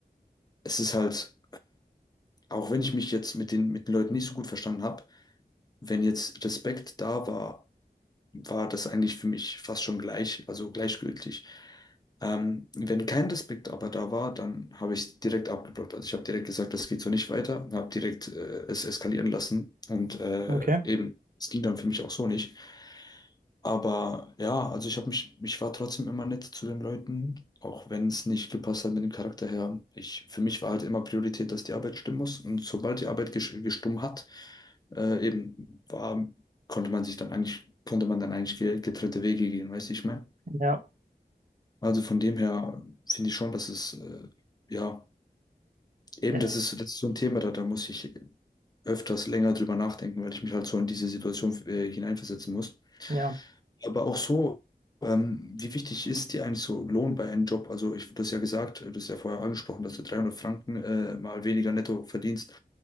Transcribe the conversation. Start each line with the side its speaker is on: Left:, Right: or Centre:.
Left: es ist halt, auch wenn ich mich jetzt mit den, mit den Leuten nicht so gut verstanden habe, wenn jetzt Respekt da war, war das eigentlich für mich fast schon gleich, also gleichgültig. Ähm, wenn kein Respekt aber da war, dann habe ich es direkt abgeblockt. Also ich habe direkt gesagt, das geht so nicht weiter, habe direkt äh, es eskalieren lassen und äh,
Right: Okay.
Left: eben, es ging dann für mich auch so nicht. Aber ja, also ich habe mich, ich war trotzdem immer nett zu den Leuten, auch wenn es nicht gepasst hat mit dem Charakter her. Ich, für mich war halt immer Priorität, dass die Arbeit stimmen muss. Und sobald die Arbeit ges- gestummt hat, äh, eben war, konnte man sich dann eigentlich, konnte man dann eigentlich ge- getrennte Wege gehen, weißt du, ich meine?
Right: Ja,
Left: Also von dem her finde ich schon, dass es, äh, ja, eben
Right: ja,
Left: das ist, das ist so ein Thema, da, da muss ich öfters länger drüber nachdenken, weil ich mich halt so in diese Situation äh, hineinversetzen muss.
Right: ja.
Left: Aber auch so, ähm, wie wichtig ist dir eigentlich so Lohn bei einem Job? Also ich, du hast ja gesagt, äh, das hast ja vorher angesprochen, dass du 300 Franken äh, mal weniger netto verdienst,